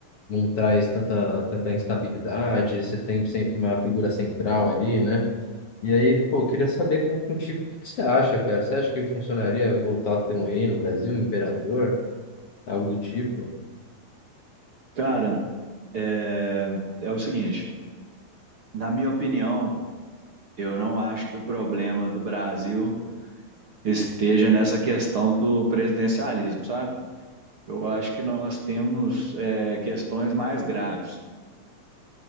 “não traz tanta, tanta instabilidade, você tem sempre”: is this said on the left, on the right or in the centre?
Left